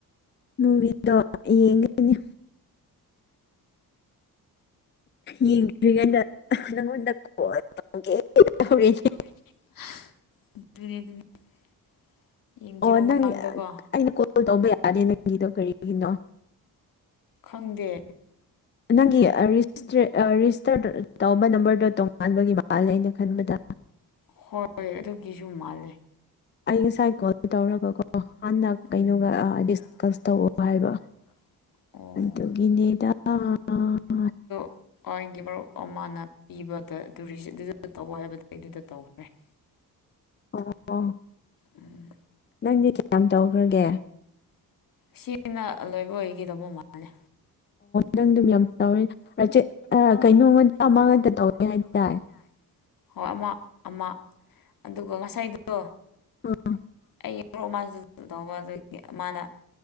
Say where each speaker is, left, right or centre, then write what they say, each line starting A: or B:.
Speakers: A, on the left; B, on the left.
A: ꯃꯨꯚꯤꯗꯣ ꯑ ꯌꯦꯡꯒꯅꯤ ꯌꯦꯡꯗ꯭ꯔꯤꯉꯩꯗ ꯅꯪꯉꯣꯟꯗ ꯀꯣꯜ ꯇꯧꯒꯦ ꯇꯧꯔꯛꯏꯅꯤ
B: <unintelligible> ꯌꯦꯡꯗ꯭ꯔꯤ
A: ꯑꯣ
B: ꯃꯃꯥꯡꯗꯀꯣ
A: ꯅꯪ ꯑ-ꯑꯩꯅ ꯀꯣꯜ ꯇꯧꯕ ꯌꯥꯗꯦ ꯅꯪꯒꯤꯗꯣ ꯀꯔꯤꯒꯤꯅꯣ
B: ꯈꯪꯗꯦ
A: ꯅꯪꯒꯤ ꯑ-ꯔꯤꯖꯤꯁꯇ꯭ꯔꯦꯠ ꯑ-ꯔꯤꯖꯤꯁꯇꯔ ꯇꯧꯕ ꯅꯝꯕꯔꯗꯤ ꯇꯣꯉꯥꯟꯕꯒꯤ ꯃꯥꯜꯂꯦ ꯑꯩꯅ ꯈꯟꯕꯗ
B: ꯍꯣꯏ ꯑꯗꯨꯒꯤꯁꯨ ꯃꯥꯜꯂꯦ
A: ꯑꯩ ꯉꯁꯥꯏ ꯀꯣꯜ ꯇꯧꯔꯦꯕꯀꯣ ꯍꯥꯟꯅ ꯀꯩꯅꯣꯒ
B: ꯎꯝ
A: ꯑ-ꯂꯤꯁ ꯀꯁ
B: ꯗꯤꯁꯀꯁ
A: ꯇꯧꯑꯣ ꯍꯥꯏꯕ
B: ꯇꯧ ꯑꯣ
A: ꯑꯗꯨꯒꯤꯅꯤꯗ ꯑ-ꯑ-ꯑ
B: ꯑꯣ ꯑꯩꯒꯤ ꯃꯔꯨꯞ ꯑꯃꯅ ꯄꯤꯕꯗ ꯇꯨꯔꯤꯁ ꯑꯗꯨꯗ ꯇꯧ ꯍꯥꯏꯕꯗ ꯑꯩ ꯑꯗꯨꯗ ꯇꯧꯈ꯭ꯔꯦ <inaudible>
A: ꯑꯣ-ꯑꯣ
B: ꯎꯝ
A: ꯅꯪꯗꯤ ꯀꯌꯥꯝ ꯇꯧꯈ꯭ꯔꯒꯦ
B: ꯁꯤꯅ ꯂꯣꯏꯕ ꯑꯣꯏꯒꯗꯕ ꯃꯥꯜꯂꯦ
A: ꯅꯪꯗꯨꯝ
B: ꯑꯣ
A: ꯌꯥꯝ
B: ꯅꯪꯗꯤ
A: ꯇꯧꯔꯦꯅ
B: ꯇꯧꯋꯦ
A: ꯍꯖꯤꯛ ꯑ ꯀꯦꯅꯣꯝ
B: ꯀꯩꯅꯣ
A: ꯑꯃ ꯈꯛꯇ ꯇꯧꯔꯦ
B: ꯉꯥꯛꯇ
A: ꯍꯥꯏꯇꯥꯏ
B: ꯇꯧꯋꯦ ꯍꯥꯏꯇꯥꯔꯦ ꯍꯣꯏ ꯑꯃ ꯑꯃ ꯑꯗꯨꯒ ꯉꯁꯥꯏꯗꯣ
A: <inaudible>
B: ꯑꯩꯒꯤ ꯕ꯭ꯔꯣ ꯑꯃꯥꯁꯨ ꯇꯧꯕ ꯑꯗꯨꯒꯤ ꯑꯃꯥꯅ